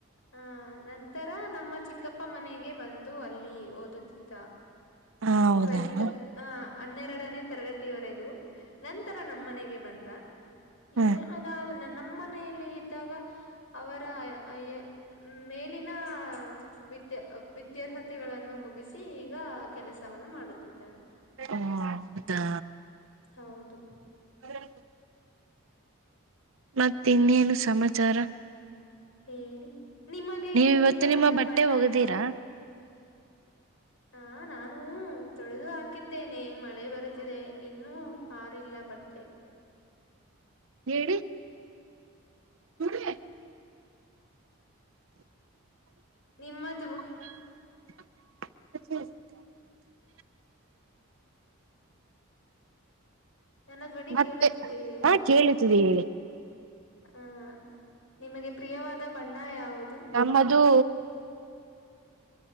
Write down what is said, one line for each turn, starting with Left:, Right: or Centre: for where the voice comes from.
Left: ಹ ನಂತರ ನಮ್ಮ ಚಿಕ್ಕಪ್ಪ ಮನೆಗೆ ಬಂದು ಅಲ್ಲಿ ಓದುತ್ತಿದ್ದ.
Right: ಹ ಹೌದಾ
Left: ಟ್ವೆಂವೆಲ್ತ್.
Right: ಹ್ಮ
Left: ಹ ಹನ್ನೆರಡನೇ ತರಗತಿವರೆಗೂ, ನಂತರ ನಮ್ಮ ಮನೆಗೆ ಬಂದ.
Right: ಹ್ಮ
Left: ಏ ಅದಾದ ನಮ್ಮ ಮನೆಯಲ್ಲಿ ಇದ್ದಾಗ ಅವರ ಅ ಅಯ್. ಮೇಲಿನ, ವಿದ್ಯಾ ವಿದ್ಯಾರ್ಹತೆಗಳನ್ನು ಮುಗಿಸಿ ಈಗ ಕೆಲಸವನ್ನು ಮಾಡುತ್ತಿದ್ದಾನೆ.
Right: ಓ ಹೌದಾ,
Left: ಹೌದು,
Right: <inaudible> ಮತ್ತೆ ಇನ್ನೇನು ಸಮಾಚಾರ,
Left: ಹೇಳಿ ನಿಮಗೆ
Right: ನೀವ ಇವತ್ತು
Left: ಪ್ರಿಯವಾದ
Right: ನಿಮ್ಮ ಬಟ್ಟೆ
Left: ಬಣ್ಣ
Right: ಒಗದೀರಾ
Left: ಯಾವುದು, ಹಾ ನಾನು ತೊಳೆದು ಹಾಕಿದ್ದೇನೆ ಮಳೆ ಬರುತ್ತಿದೆ. ಇನ್ನುೂ ಪಾರಿಲ್ಲ ಬಟ್
Right: ಹೇಳಿ, <inaudible>
Left: ನಿಮ್ಮ ದ್ವ
Right: <inaudible>
Left: ನನ್ನ ಧ್ವನಿ
Right: ಮತ್ತೆ
Left: ಕೇಳುತ್ತಿದ್ದೇಯೇ.
Right: ಹಾ ಕೇಳುತ್ತಿದೆ ಹೇಳಿ
Left: ಆ, ನಿಮಗೆ ಪ್ರಿಯವಾದ ಬಣ್ಣ ಯಾವುದು,
Right: ಮದು,